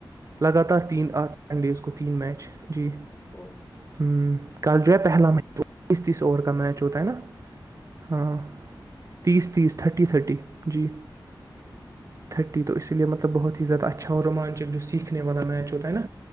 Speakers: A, on the right; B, on the left.
A: لگاتار تین آ سنڈیز کو تین میچ جی
B: اور ٹھیک
A: ہ
B: ہے
A: کل جو ہے پہلا م تس تیس اوور کا میچ ہوتا ہے نا ہاں
B: کتنے کا
A: تیس تیس تھرٹی تھرٹی جی
B: وہ
A: تھرٹی تو اسی لیے مطلب بہت ہی زیادہ اچھا اور رومانچک جو سیکھنے والا میچ ہوتاائ نا